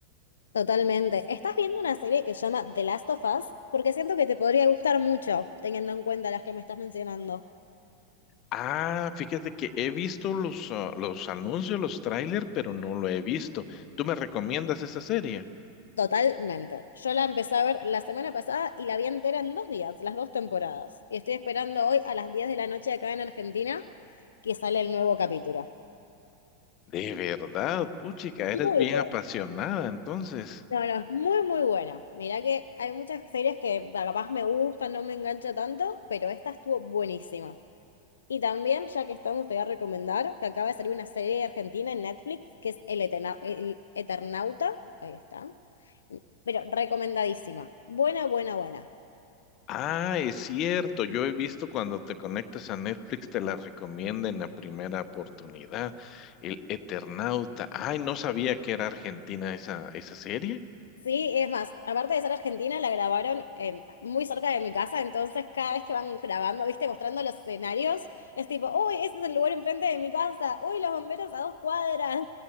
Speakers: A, on the left; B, on the left.
A: Totalmente. Estás viendo una serie que se llama The Last of Us porque siento que te podría gustar mucho, teniendo en cuenta las que me estás mencionando.
B: Ah, fíjate que he visto los, ah, los anuncios, los trailers, pero no lo he visto. ¿Tú me recomiendas esa serie?
A: Totalmente. Yo la empecé a ver la semana pasada y la vi entera en dos días, las dos temporadas. Y estoy esperando hoy a las 10 de la noche acá en Argentina que sale el nuevo capítulo.
B: De verdad, puchica,
A: Muy
B: eres bien
A: bueno.
B: apasionada, entonces.
A: No, no, es muy, muy buena. Mirá que hay muchas series que capaz me gustan, no me engancha tanto, pero esta estuvo buenísima. Y también, ya que estamos, te voy a recomendar que acaba de salir una serie argentina en Netflix que es El, Etena- El Eternauta. Ahí está. Pero recomendadísima. Buena, buena, buena.
B: Ah, es cierto, yo he visto cuando te conectas a Netflix te la recomienda en la primera oportunidad, El Eternauta. Ay, no sabía que era argentina esa, esa serie.
A: Sí, es más, aparte de ser argentina, la grabaron en- muy cerca de mi casa, entonces cada vez que van grabando, viste, mostrando los escenarios, es tipo, uy, ese es el lugar enfrente de mi casa, uy, los bomberos a dos cuadras.